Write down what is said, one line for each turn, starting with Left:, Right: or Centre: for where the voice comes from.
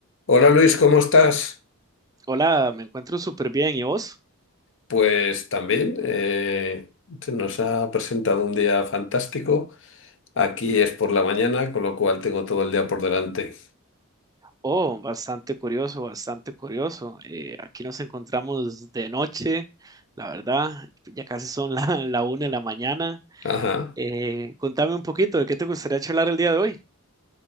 Left: Hola Luis, ¿cómo estás?
Right: Hola, me encuentro súper bien. ¿Y vos?
Left: Pues también, eh, se nos ha presentado un día fantástico. Aquí es por la mañana, con lo cual tengo todo el día por delante.
Right: Oh, bastante curioso, bastante curioso. Eh, aquí nos encontramos de noche, la verdad, ya casi son <laughs> la, la una de la mañana.
Left: Ajá.
Right: Eh, contame un poquito de qué te gustaría charlar el día de hoy.